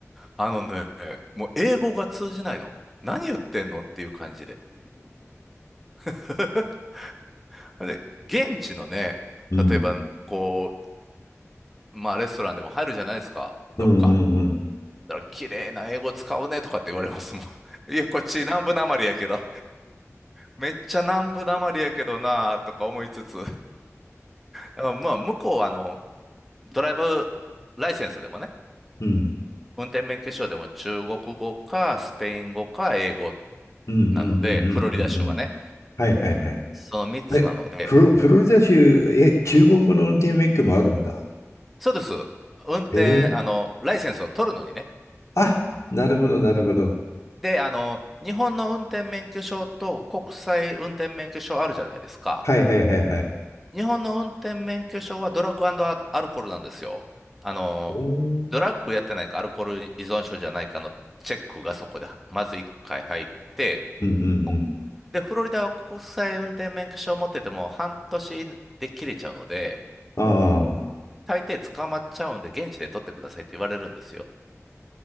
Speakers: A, in the centre; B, on the left.
A: あのね、もう英語が通じないの。何言ってんのっていう感じで。<laughs> で、現地のね、
B: うん。
A: 例えば、こう、まあ、レストランでも入るじゃないですか、
B: うんうんうん。
A: どっか。だから、綺麗な英語使うねとかって言われますもん。<laughs> いや、こっち南部なまりやけど、めっちゃ南部なまりやけどなとか思いつつ、あまあ、向こうは、あの、ドライブライセンスでもね、
B: うん。
A: 運転免許証でも中国語かスペイン語か英語
B: うんうんうんうんうんうん。
A: なので、フロリダ州はね、
B: はいはいはい。
A: その3つなので、
B: え、フロ、フロリダ州、え、中国の運転免許もあるんだ。
A: そうです。運転、
B: へえ。
A: あの、ライセンスを取るのにね。
B: あ、なるほどなるほど。
A: で、あの、日本の運転免許証と国際運転免許証あるじゃないですか。
B: はいはいはいはい。
A: 日本の運転免許証はドラッグアアルコールなんですよ。あの、
B: おー
A: ドラッグやってないかアルコール依存症じゃないかのチェックがそこでまず1回入って、
B: うんう
A: 国
B: ん
A: で、フロリダは国際運転免許証を持ってても半年で切れちゃうので、
B: うん。あ
A: 大抵捕まっちゃうんで、現地で取ってくださいって言われるんですよ。